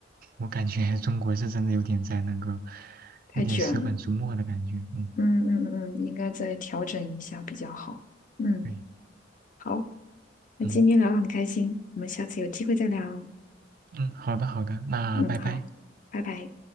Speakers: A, on the right; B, on the left.
A: 我感觉 <laughs> 中国是真的有点在那个，
B: 太卷了。
A: 有点舍本逐末的感觉。嗯，
B: 嗯嗯嗯，应该再调整一下比较好。嗯，
A: 对，
B: 好，那今天聊得很开心，
A: 嗯
B: 我们下次有机会再聊哦。
A: 嗯，好的好的，那拜拜。
B: 嗯，好，拜拜。